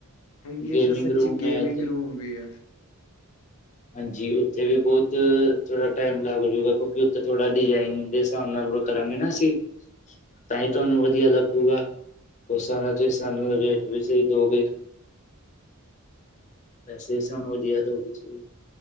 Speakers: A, on the left (about 85°); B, on the left (about 35°).
A: ਹਾਂਜੀ
B: ਗੇਮਿੰਗ
A: ਤਾਂ ਸੱਚੀ
B: ਰੂਮ
A: ਗੇਮਿੰਗ
B: ਹੈ ਤੇ
A: ਰੂਮ ਵੀ ਹੈ।
B: ਹਾਂਜੀ ਉੱਥੇ ਵੀ ਬਹੁਤ ਥੋੜਾ ਟਾਈਮ ਲੱਗ ਜੂਗਾ ਕਿਉਂਕਿ ਉੱਥੇ ਥੋੜਾ ਡਿਜ਼ਾਇਨ ਦੇ ਹਿਸਾਬ ਨਾਲ। ਕਰਾਂਗੇ ਨਾ ਅਸੀਂ। ਤਾਂ ਹੀ ਤੁਹਾਨੂੰ ਵਧੀਆ ਲੱਗੂਗਾ। ਉਹ ਸਾਰਾ ਜੇ ਸਾਨੂੰ ਰੇਟ ਵੀ ਸਹੀ ਦਓਗੇ। ਪੈਸੇ ਸਾਨੂੰ ਵਧੀਆ ਦਿਉ ਕੁਛ।